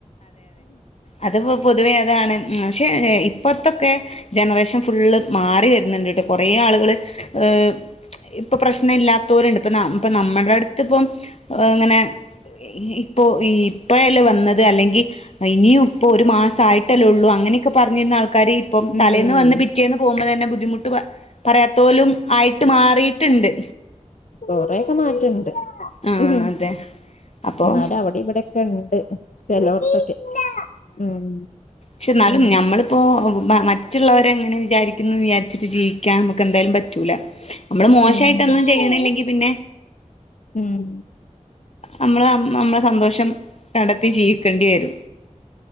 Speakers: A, on the left; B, on the left.
A: അത്പ്പം പൊതുവേ അതാണ് പക്ഷേ ഇപ്പത്തൊക്കെ ജനറേഷൻ ഫുള്ള് മാറി വരുന്നുണ്ട്ട്ടോ കൊറേ ആളുകള് ഏഹ് ഇപ്പൊ പ്രശ്നയില്ലാത്തോര്ണ്ട് ഇപ്പ നമ്മ ഇപ്പ നമ്മടെ അടു ത്ത്പ്പം ഏഹ് ഇങ്ങനെ ഇപ്പോ ഇപ്പഴല്ലേ വന്നത് അല്ലെങ്കി ഇനിയും ഇപ്പോ ഒരു മാസയിട്ടല്ലേ ഒള്ളൂ അങ്ങനെയൊക്കെ പറഞ്ഞിരുന്ന ആൾക്കാര് ഇപ്പം
B: ഉം
A: തലേന്ന് വന്ന് പിറ്റേന്ന് പോകുമ്പോ തന്നെ ബുദ്ധിമുട്ട് പ പറയാത്തോലും ആയിട്ട് മാറീട്ണ്ട്.
B: കൊറേയൊക്കെ മാറ്റണ്ട്
A: ആഹ്
B: ഉം.
A: അതെ അപ്പൊ
B: എന്നാലും അവിടീം ഇവിടെൊക്കെ ണ്ട് ചെലോട്‌ത്തൊക്കെ ഉം.
A: ക്ഷെന്നാലും
B: ഉം
A: ഞമ്മള് പ്പൊ മ മറ്റ്ള്ളോര് എങ്ങനെ വിചാരിക്കുന്നു വിചാരിച്ചിട്ട് ജീവിക്കാൻ നമുക്ക് എന്തായാലും പറ്റൂല. നമ്മള് മോശായിട്ടൊന്നും
B: ഉം
A: ചെയ്യണില്ലെങ്കി പിന്നെ
B: ഉം
A: അമ്മള് അമ്മളെ സന്തോഷം കടെത്തി ജീവിക്കേണ്ടി വരും.